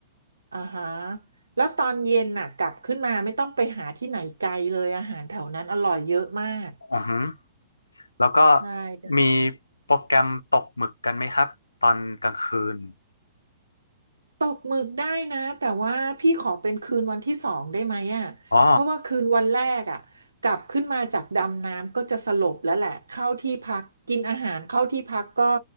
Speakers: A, on the right; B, on the left.
A: อ่าฮะแล้วตอนเย็นน่ะกลับขึ้นมาไม่ต้องไปหาที่ไหนไกลเลยอาหารแถวนั้นอร่อยเยอะมาก
B: อือฮึแล้วก็
A: ได้ได้
B: มีโปรแกรมตกหมึกกันไหมครับตอนกลางคืน
A: ตกหมึกได้นะแต่ว่าพี่ขอเป็นคืนวันที่สองได้ไหมอ่ะเพราะว่าคืนวันแรกอ่ะกลับขึ้นมาจากดำน้ำก็จะสลบแล้วแหละเข้าที่พักกินอาหารเข้าที่พักก็
B: อ๋อ